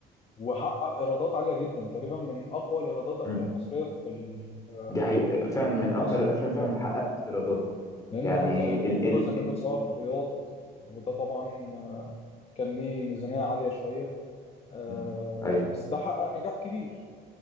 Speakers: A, on the left (about 35°); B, on the left (about 20°).
A: وحقق إيرادات عالية جدا تقريبا من أقوى الإيرادات أفلام
B: مم.
A: مصرية في ال- في
B: دي حقيقة فعلا من أكتر
A: مصر
B: الأفلام فعلا اللي حققت إيرادات
A: لأنه
B: يعني
A: يعني كان
B: ال
A: في جزء
B: ال
A: منه اتصور في الرياض وده طبعا كان ليه ميزانية عالية شوية آه،
B: م. أيوه
A: بس ده حقق نجاح كبير